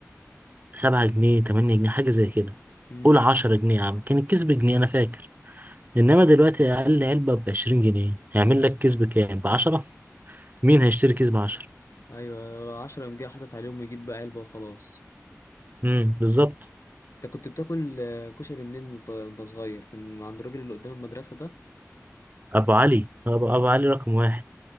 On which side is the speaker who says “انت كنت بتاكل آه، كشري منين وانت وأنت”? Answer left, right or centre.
Left